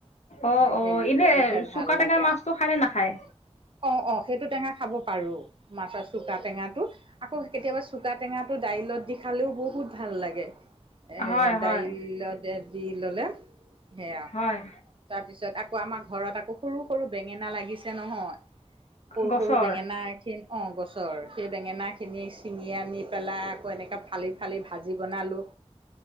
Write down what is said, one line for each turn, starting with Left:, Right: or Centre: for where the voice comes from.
Left: অ' অ'
Right: হেৰি
Left: এনে
Right: কৰিহে
Left: চুকা
Right: ভাল
Left: টেঙাৰ
Right: লাগে
Left: মাছটো
Right: আও
Left: খায় নে নাখায়?
Right: অ অ সেইটো টেঙা খাব পাৰো মাছৰ চোকা টেঙাটো আকৌ কেতিয়াবা চুকা টেঙাটো দাইলত দি খালেও বহুত ভাল লাগে। এ
Left: হয়
Right: দাইলত
Left: হয়
Right: দি ললে সেয়া
Left: হয়
Right: তাৰপিছত আকৌ আমাৰ ঘৰত আকৌ সৰু সৰু বেঙেনা লাগিছে নহয়। সৰু
Left: গছৰ
Right: সৰু বেঙেনা অঁ গছৰ সেই বেঙেনাখিনি ছিঙি আনি পেলাই আকৌ এনেকা ফালি ফালি ভাজি বনালোঁ।